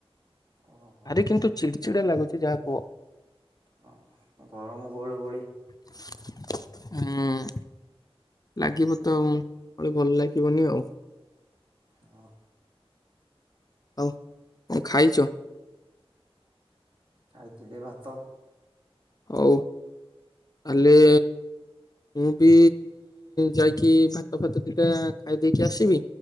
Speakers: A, on the right (about 55°); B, on the left (about 40°).
A: ଓହୋ
B: ଭାରି କିନ୍ତୁ ଚିଡ଼୍ ଚିଡ଼ା ଲାଗୁଚି ଯାହାକୁହ।
A: ହଁ ଅ ଗରମ ଗୁଳୁ ଗୁଳି
B: ହୁଁ। ଲାଗିବ ତ ଆଉ ଆଉ ଭଲ୍ ଲାଗିବନି ଆଉ।
A: ଅ।
B: ଆଉ କଣ ଖାଇଚ?
A: ଖାଇ ଥିଲି ଭାତ।
B: ହଉ ଆଲି ମୁଁ ବି ଯାଇ କି ଭାତ ଫାତ ଦିଟା ଖାଇ ଦେଇକି ଆସିବି